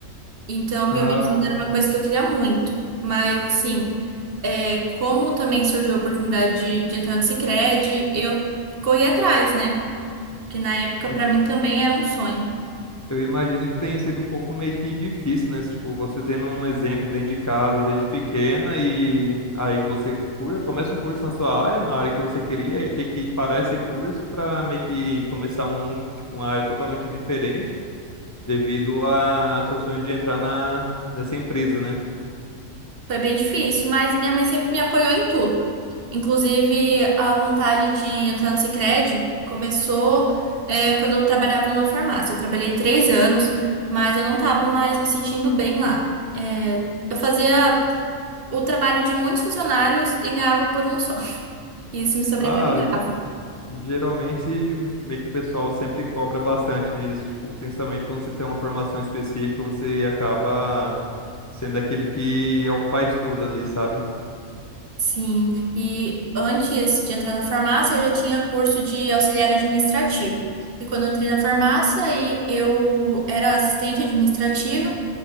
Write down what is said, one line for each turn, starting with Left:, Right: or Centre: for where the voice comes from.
Right: Então,
Left: Ah,
Right: biomedicina era uma coisa que eu queria muito. Mas, assim, é, como também surgiu a oportunidade de, de entrar no Sicredi, eu corri atrás, né? Que na época,
Left: eu
Right: para mim, também era um sonho.
Left: eu imagino que tenha sido um pouco meio que difícil, né? Tipo, você tendo um exemplo dentro de casa desde pequena e aí você cur- começa um curso na sua área, na área que você queria, e ter que parar esse curso para meio que começar um, tipo, uma área totalmente diferente devido a seu sonho de entrar na, nessa empresa, né?
Right: Foi bem difícil, mas minha mãe sempre me apoiou em tudo. Inclusive, a vontade de entrar no Sicredi começou, é, quando eu trabalhava numa farmácia. Eu trabalhei três anos, mas eu não estava mais me sentindo bem lá. É, eu fazia o trabalho de muitos funcionários e ganhava por um só. <laughs> E Isso me sobrecarregava.
Left: Ah, geralmente meio que o pessoal sempre cobra bastante nisso, tipo, principalmente quando você tem uma formação específica, você acaba sendo aquele que é o faz tudo ali, sabe?
Right: Sim, e antes de entrar na farmácia, eu já tinha curso de auxiliar administrativo. E quando eu entrei na farmácia, aí eu era assistente administrativa